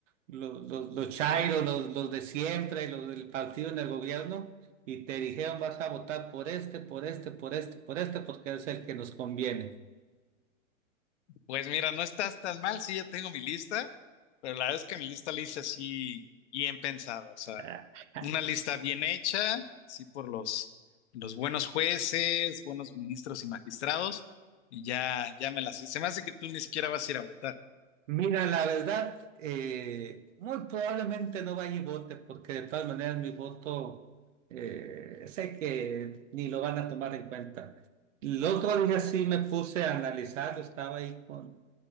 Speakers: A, on the right (about 65°); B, on the left (about 55°).
A: los, los, los chairos, los, los de siempre, los del partido en el gobierno, y te dijeron vas a votar por este, por este, por este, por este, porque es el que nos conviene.
B: Pues mira, no estás tan mal, sí, ya tengo mi lista, pero la verdad es que mi lista la hice así bien pensada. O sea,
A: Ah.
B: Una lista bien hecha, sí, por los, los buenos jueces, buenos ministros y magistrados, y ya, ya me las sé. Se me hace que tú ni siquiera vas a ir a votar.
A: Mira, la verdad, eh, muy probablemente no vaya y vote, porque de todas maneras mi voto eh, sé que ni lo van a tomar en cuenta. El otro día sí me puse a analizarlo, estaba ahí con,